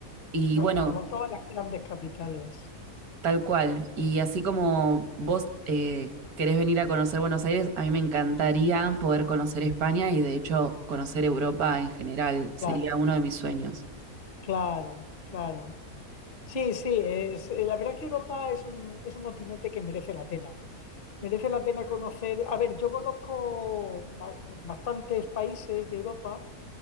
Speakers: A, on the right; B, on the left.
A: y
B: Bueno,
A: bueno,
B: como todas las grandes capitales.
A: tal cual. Y así como vos eh, querés venir a conocer Buenos Aires, a mí me encantaría poder conocer España y de hecho conocer Europa en general, sería
B: Claro,
A: uno de mis sueños.
B: claro, claro. Sí, sí, es, eh, la verdad es que Europa es un, es un continente que merece la pena. Merece la pena conocer. A ver, yo conozco ba- bastantes países de Europa,